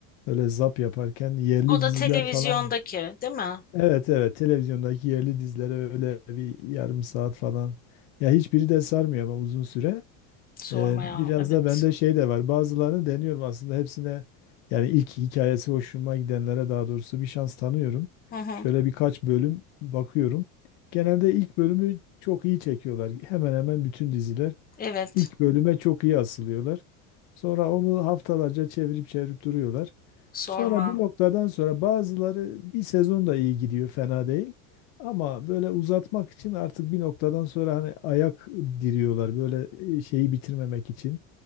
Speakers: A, on the left; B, on the left.
A: öyle zap yaparken yerli
B: O da
A: diziler
B: televizyondaki,
A: falan
B: değil mi?
A: evet evet televizyondaki yerli dizilere öyle bir yarım saat falan ya hiçbiri de sarmıyor ama uzun süre.
B: Sormaya.
A: Ee, biraz
B: Evet.
A: da bende şey de var. Bazılarını deniyorum aslında hepsine yani ilk hikayesi hoşuma gidenlere daha doğrusu bir şans tanıyorum.
B: Hı hı.
A: Şöyle birkaç bölüm bakıyorum. Genelde ilk bölümü çok iyi çekiyorlar. Hemen hemen bütün diziler.
B: Evet.
A: İlk bölüme çok iyi asılıyorlar. Sonra onu haftalarca çevirip çevirip duruyorlar.
B: Sorma.
A: Sonra bir noktadan sonra bazıları bir sezon da iyi gidiyor, fena değil. Ama böyle uzatmak için artık bir noktadan sonra hani ayak diriyorlar böyle e, şeyi bitirmemek için.